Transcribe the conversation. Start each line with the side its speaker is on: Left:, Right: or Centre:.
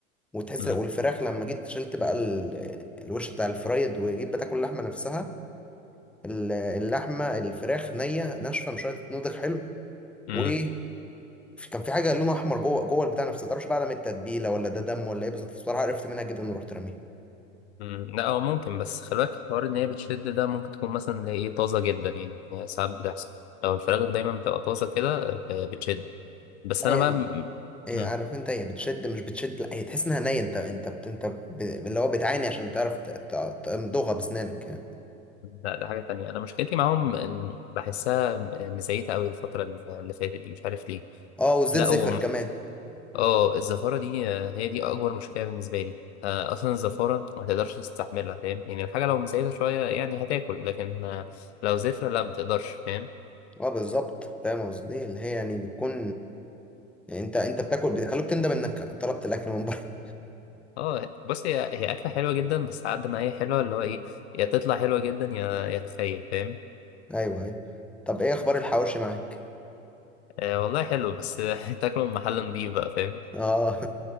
Centre: وتحس
Left: مم.
Centre: والفراخ لما جيت شلت بقى ال- الوش بتاع الفرايد وجيت بتاكل اللحمه نفسها ال- اللحمه الفراخ نيه ناشفه مش قادره تتنضج حلو
Left: مم.
Centre: وكان في حاجه لونها احمر جوه جوه البتاع نفسه متعرفش بقى ده من التتبيله ولا ده دم ولا ايه بالظبط بصراحه عرفت منها جدا ورحت راميها
Left: مم، لا هو ممكن بس خلي بالك حوار ان هي بتشد ده ممكن تكون مثلا اللي هي ايه طازه جدا يعني هو ساعات بتحصل لو الفراخ دايما بتبقى طازه كده ب- بتشد بس
Centre: لا
Left: انا
Centre: هي
Left: بقى م-
Centre: هي
Left: مم،
Centre: عارف انت هي بتشد مش بتشد لا هي تحس انها نيه انت انت بت... انت ب... اللي هو بتعاني عشان تعرف ت- ت- تمضغها بسنانك يعني
Left: لا ده حاجه تانية انا مشكلتي معاهم إن بحسها م- مزيته قوي الفتره اللي فاتت دي مش عارف ليه
Centre: اه والزيت
Left: لا
Centre: زفر
Left: و-
Centre: كمان
Left: اه الزفاره دي آه، هي دي اكبر مشكله بالنسبه لي آه، اصلا الزفاره ما تقدرش تستحملها فاهم يعني الحاجه لو مزيته شويه يعني هتاكل لكن آه، لو زفره لا ما تقدرش فاهم؟
Centre: اه بالظبط فاهم قصدي اللي هي يعني بتكون يعني انت انت بتاكل بيخلوك تندم انك طلبت الاكل من بره <laughs>
Left: اه بص هي هي اكله حلوه جدا بس على قد ما هي حلوه اللي هو ايه يا تطلع حلوه جدا يا يا تخيب فاهم
Centre: ايوه ايوه طب ايه اخبار الحواوشي معاك
Left: آه والله حلو بس <laughs> تاكله من محل نضيف بقى فاهم
Centre: اه